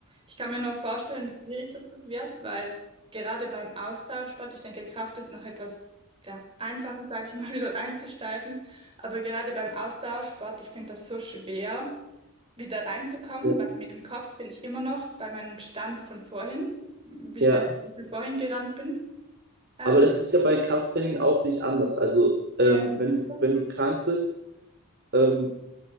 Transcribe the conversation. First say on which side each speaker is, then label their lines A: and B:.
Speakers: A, on the right; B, on the right.
A: ich kann mir nur vorstellen, wie schwierig das, das wird, weil gerade beim Austauschsport, ich denke, Kraft ist noch etwas ja, einfacher, sage ich mal, <laughs> wieder einzusteigen, aber gerade beim Austauschsport, ich finde das so schwer, wieder reinzukommen,
B: Ja.
A: weil mit dem Kopf bin ich immer noch bei meinem Stand von vorhin, wie
B: Ja.
A: schnell ich zum Beispiel vorhin gerannt bin. Ähm,
B: Aber das ist ja bei Krafttraining auch nicht anders. Also, ähm,
A: ja,
B: wenn,
A: ist so.
B: wenn du krank bist, ähm,